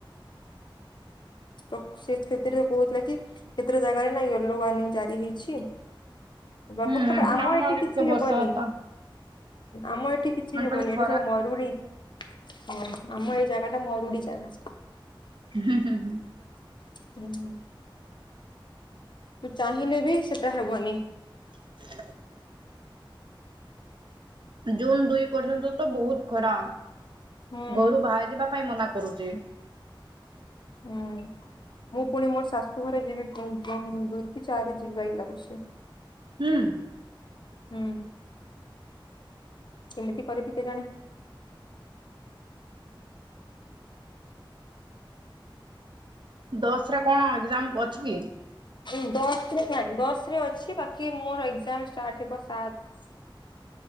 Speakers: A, on the left (about 60°); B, on the right (about 60°).
A: ତ ସେତ କେତେଟା କହୁଥିଲା କି? କେତଟା ଜାଗାରେ ନା ୟେଲୋ ୱାର୍ନିଂ ଜାରି ହେଇଛି! ଵାପ
B: ହୁଁ
A: କେବେ ଆମ ଏଠି
B: ଆଡେ
A: କିଚି
B: ଟିକେ
A: ହେବନି!
B: ବର୍ଷା ହତା
A: ଆମ ଏଠି କିଚି
B: ମାନେ
A: ହେବନି,
B: ଖାଲି ଖରା
A: ଏଠା ସବୁ ମରୁଡି ଅ ଆମ ଏଇ ଜାଗାଟା ମରୁଡି ଜାଗା!
B: ହୁଁ ହୁଁ ହୁଁ!
A: <inaudible> ତୁ ଚାହିଁଲେ ବି ସେଟା ହେବନି।
B: <inaudible> ଜୁନ ଦୁଇ ପର୍ଯ୍ୟନ୍ତ ତ ବହୁତ ଖରା
A: ହୁଁ
B: ଘରୁ ବାହାରି ଯିବା ପାଇଁ ମନା କରୁଛି।
A: ହୁଁ ମୁଁ ପୁଣି ମୋର ଶାଶୁ ଘରେ ଯିବି ଦୁଇ ଚାରି ଯିବି <unintelligible> ଲାଗୁଛି।
B: ହୁଁ।
A: ହୁଁ କେମିତି କରିବି କେଜାଣି।
B: ଦଶରେ କଣ ଏକଜାମ ଅଛି କି?
A: ହୁଁ ଦଶ ରେ ନାଇଁ ଦଶରେ ଅଛି ବାକି ମୋର ଏକଜାମ ଷ୍ଟାର୍ଟ ହେବ ସାତ